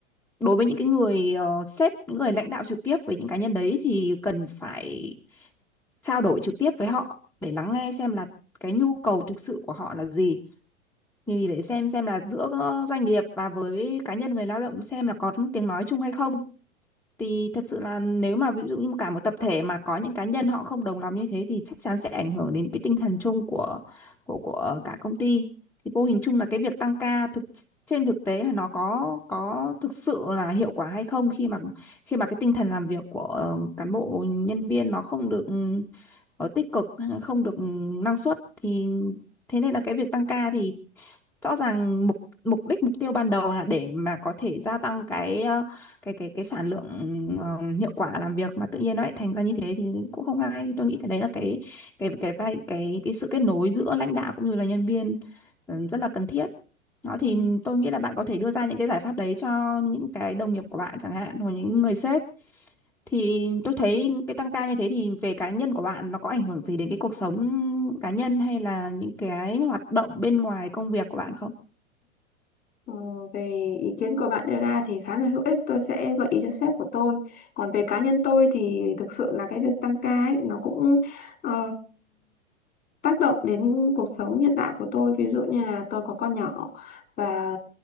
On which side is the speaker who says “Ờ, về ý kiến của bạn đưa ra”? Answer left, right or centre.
Left